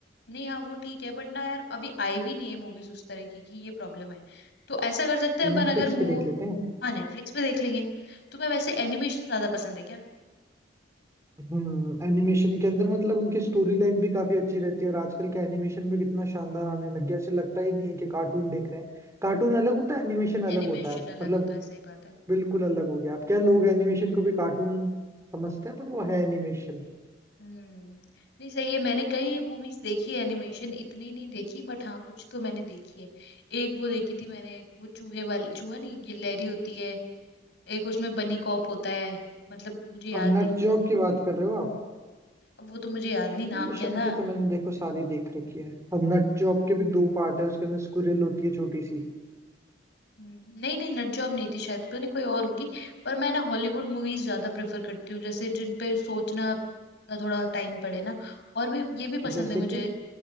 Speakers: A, on the left; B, on the right.
A: नहीं हाँ वो ठीक है बट ना यार अभी आई भी नहीं है मूवीज उस तरह की कि ये प्रॉब्लम है तो ऐसा कर सकते हैं अपन
B: नेटफ्लिक्स
A: अगर मू
B: पे देख लेते हैं
A: हाँ नेटफ्लिक्स पे देख लेंगे तुम्हें वैसे एनिमेशन ज्यादा पसंद है क्या
B: हम्म एनिमेशन के अंदर मतलब उनकी स्टोरी लाइन भी काफी अच्छी रहती है और आजकल के एनिमेशन भी कितना शानदार आने लग गया ऐसे लगता ही नहीं है कि कार्टून देख रहे हैं कार्टून अलग होता है एनिमेशन अलग
A: एनिमेशन
B: होता है
A: अलग
B: मतलब
A: होता है सही बात है
B: बिल्कुल अलग हो गया अब क्या लोग एनिमेशन को भी कार्टून समझते हैं पर वो है एनिमेशन
A: हम्म नहीं सही है मैंने कई मूवीज देखी है एनिमेशन इतनी नहीं देखी बट हाँ कुछ तो मैंने देखी है एक वो देखी थी मैंने वो चूहे वाली चूहा नहीं गिलहरी होती है एक उसमें बनी कॉप होता है मतलब मुझे याद
B: और नट
A: नहीं
B: जॉब की बात कर रहे हो आप
A: वो तो मुझे याद नहीं
B: एनिमेशन
A: नाम क्या था
B: की तो मैंने देखो सारी देख रखी है और नट जॉब के भी दो पार्ट है उसके अंदर स्क्विरल होती है छोटी सी
A: हम्म, नहीं नहीं नट जॉब नहीं थी शायद पता नहीं कोई और होगी पर मैं ना हॉलीवुड मूवीज ज्यादा प्रेफर करती हूँ जैसे जिन पे सोचना का थोड़ा टाइम पड़े ना और भी ये भी पसंद
B: जैसे
A: है मुझे
B: कि